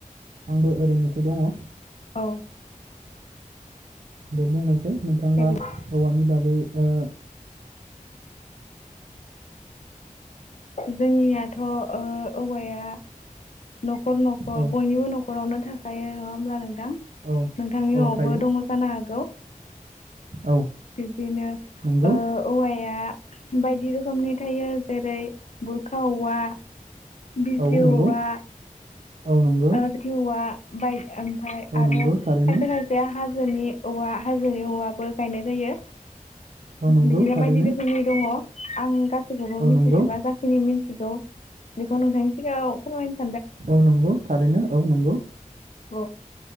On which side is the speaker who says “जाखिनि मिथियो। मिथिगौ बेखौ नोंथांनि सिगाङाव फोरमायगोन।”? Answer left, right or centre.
Left